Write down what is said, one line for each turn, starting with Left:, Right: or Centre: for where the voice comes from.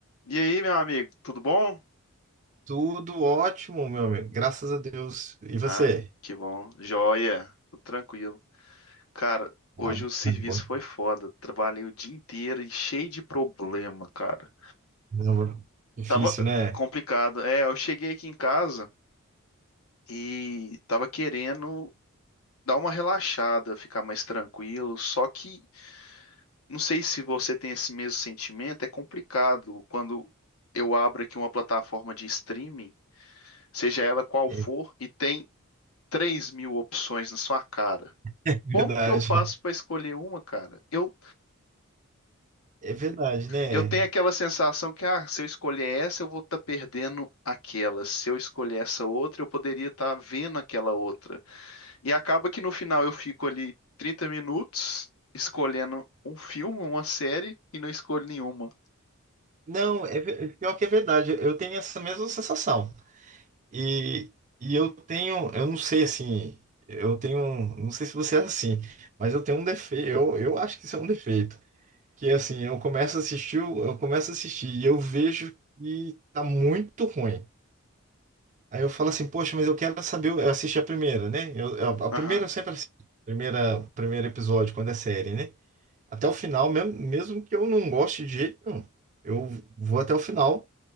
Left: E aí, meu amigo, tudo bom?
Right: Tudo ótimo, meu amigo. Graças a Deus. E você?
Left: Ah, que bom. Joia, tudo tranquilo. Cara, hoje
Right: Ah, bom.
Left: o serviço foi foda. Trabalhei o dia inteiro e cheio de problema, cara.
Right: Não, Difícil,
Left: Tava eh,
Right: né?
Left: complicado. É, eu cheguei aqui em casa e tava querendo dar uma relaxada, ficar mais tranquilo. Só que não sei se você tem esse mesmo sentimento, é complicado quando eu abro aqui uma plataforma de streaming, seja ela qual
Right: É
Left: for, e tem três mil opções na sua cara.
Right: é verdade.
Left: Como que eu faço para escolher uma, cara? Eu,
Right: É verdade, né?
Left: eu tenho aquela sensação que, ah, se eu escolher essa, eu vou estar perdendo aquela. Se eu escolher essa outra, eu poderia estar vendo aquela outra. E acaba que no final eu fico ali 30 minutos escolhendo um filme, uma série e não escolho nenhuma.
Right: Não, é ve- pior que é verdade. Eu tenho essa mesma sensação. E, e eu tenho, eu não sei assim, eu tenho, um- não sei se você é assim, mas eu tenho um defeito. Eu, eu acho que isso é um defeito. Que assim, eu começo a assistir, o- eu começo a assistir e eu vejo que tá muito ruim. Aí eu falo assim, poxa, mas eu quero saber, eu assisti a primeira, né? Eu, eu- a
Left: Aham.
Right: primeira eu sempre assisto, primeira, primeiro episódio, quando é série, né? Até o final, mesmo, mesmo que eu não goste de jeito nenhum, eu vou até o final,